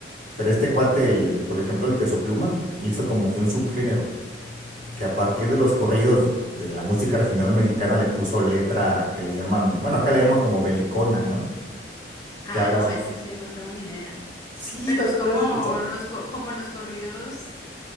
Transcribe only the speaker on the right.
Pero este cuate, el, por ejemplo, el Peso Pluma, hizo como que un subgénero, que a partir de los corridos de la música regional mexicana le puso letra que le llaman, bueno, acá le llaman como belicona, ¿no?
Que hablas.
Sí,
tal
vez
lo has escuchado.